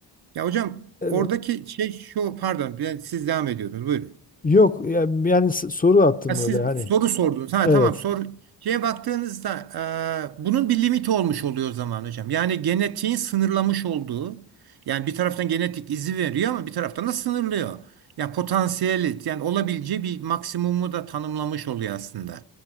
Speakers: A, on the right; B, on the left.
A: Ya hocam
B: E,
A: oradaki şey şu pardon ben siz devam ediyordunuz. Buyurun.
B: yok yani, yani s- soru attım
A: Ha, siz
B: öyle hani.
A: soru sordunuz. Ha
B: Evet.
A: tamam soru. Şeye baktığınızda e, bunun bir limiti olmuş oluyor o zaman hocam. Yani genetiğin sınırlamış olduğu yani bir taraftan genetik izi veriyor ama bir taraftan da sınırlıyor. Ya potansiyeli yani olabileceği bir maksimumu da tanımlamış oluyor aslında.